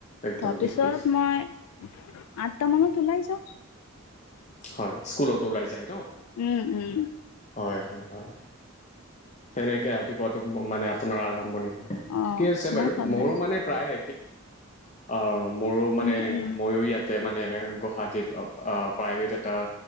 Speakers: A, on the left; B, on the left.
A: একদম
B: তাৰপিছত
A: ঠিক কৈছে
B: মই আঠটা মানত ওলাই যাওঁ।
A: হয় স্কুলত ওলাই যায় ন?
B: উম উম।
A: হয় হয় হয়। তেনেকে ৰাতিপুৱাতো মানে আপোনাৰ আৰম্ভণি হয়,
B: অ
A: ঠিকে আছে
B: মোৰ
A: বাৰু
B: সদায়
A: মোৰো মানে প্ৰায় অ মোৰো মানে
B: উম উম
A: মইও ইয়াত তে মানে গুৱাহাটীত প্ৰাইভেট এটাৰ